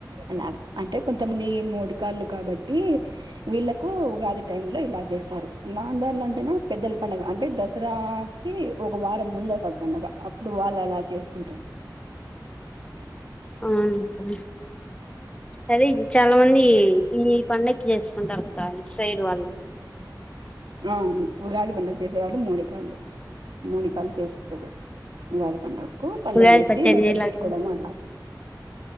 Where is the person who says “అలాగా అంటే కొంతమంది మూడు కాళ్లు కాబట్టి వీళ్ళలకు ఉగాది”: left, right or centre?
Right